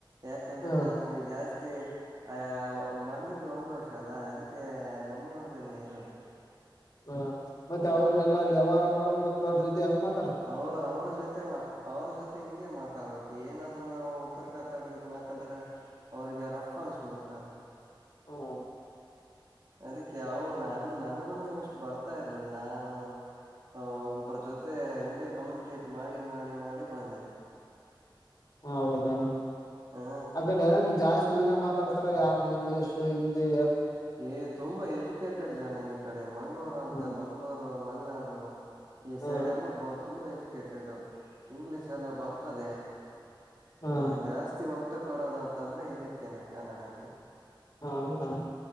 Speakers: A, on the right (about 50°); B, on the left (about 50°).
A: ಯಾಕಂದ್ರೆ
B: ಹಾ
A: ನನ್ಗೆ ಜಾಸ್ತಿ ಆ ಬಂದು ಒಂದ್ ವರ್ಷ. ಅಲ್ಲ ಅದಕ್ಕೆ ನಮ್ಮಊರ್ದನ್ನೆ ಇರೋದು.
B: ಹ ಮತ್ತೆ ಅವರು ಎಲ್ಲಾ ವ್ಯವಹಾರ ಮಾಡ್ಬೇಕಂದ್ರೆ ಅವ್ರ ಜೊತೆ ಹೆಂಗತ್ರ.
A: ಅವ ಅವ್ರ ಜೊತೆ ಮಾ ಅವ್ರ ಜೊತೆ ಹಿಂಗೆ ಮಾತಾಡ್ಬೇಕು ಏನಾದ್ೂ ನಾವು. ಉತ್ತರ ಕರ್ನಾಟಕದ ಮಾತಾಡಿದ್ರೆ ಅವ್ರಿಗೆ ರಫ ಅನ್ಸ್ಬಿಡುತ್ತೆ ಅದು.
B: ಹಓ.
A: ಅದಕ್ಕೆ ಯ ನನ್ ನನ್ಗುನು ಇಷ್ಟು ಬರ್ತಾ ಇರ್ಲಿಲ್ಲ ನಾನು. ಆ ಒಬ್ಬ್ರ ಜೊತೆ ಹಿಂಂಗಗೆ ಕಮ್ಯುನಿಕೇಟ್ ಮಾಡಿ ಮಾಡಿ ಮಾಡಿ ಬಂದ.
B: ಹೌದಾ
A: ಹಾ
B: ಆ ಕಡೆ ಜಾಸ್ತಿ ವಿನ ಮ. ಮಾತಾಡ್ತಾರೆ ಯಾರು ಇಂಗ್ಲೀಷ್ ಹಿಂದಿಏ.
A: ಏ ತುಂಬಾ ಎಜುಕೇಟೆಡ್ ಜನ ಈ ಕಡೆ ಮಂಗ್ಳೂರ್ ಅಂತ
B: ಹಾ
A: ಮಂಗ್ಗಳೂರು ಮಲೆನಾಡು. ಈ
B: ಹಾ
A: ಸೈಡ್ ಎಲ್ಲ ಬ ತುಂಬಾ ಎಜುಕೇಟೆಡ್ ಇಂಗ್ಲಿೀಷ್ ಎಲ್ಲ ಬರ್ತದೆ.
B: ಹಾ
A: ಹ ಜಾಸ್ತಿ ಒತ್ತು ಕೊಡೋದು ಅಂತಂದ್ರೆ ಇದಕ್ಕೇನೆ ಕನ್ನಡಕ್ಕೆ.
B: ಹ ಹೌದಾ